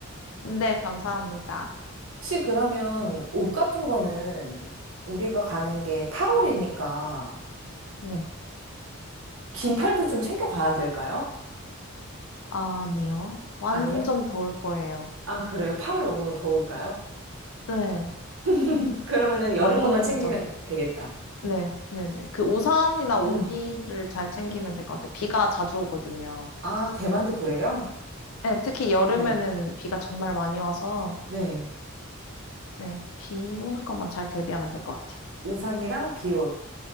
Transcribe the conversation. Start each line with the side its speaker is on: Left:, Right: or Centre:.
Left: 네, 감사합니다.
Right: 혹시 그러면 옷 같은 거는 우리가 가는 게 8월이니까
Left: 네.
Right: 긴 팔도 좀 챙겨가야 될까요?
Left: 아니요. 완전
Right: 아니요.
Left: 더울 거예요.
Right: 아, 그래요? 8월 너무 더울까요?
Left: 네,
Right: <laughs> 그러면은 여름
Left: 완전
Right: 옷만
Left: 완전.
Right: 챙기면 되겠다.
Left: 네, 네, 네. 그 우산이나 우비를
Right: 음.
Left: 잘 챙기면 될 것 같아요. 비가 자주 오거든요.
Right: 아, 대만도 그래요?
Left: 네, 특히 여름에는
Right: 네.
Left: 비가 정말 많이 와서
Right: 네.
Left: 네, 비 오는 것만 잘 대비하면 될 것 같아요.
Right: 우산이랑 비옷.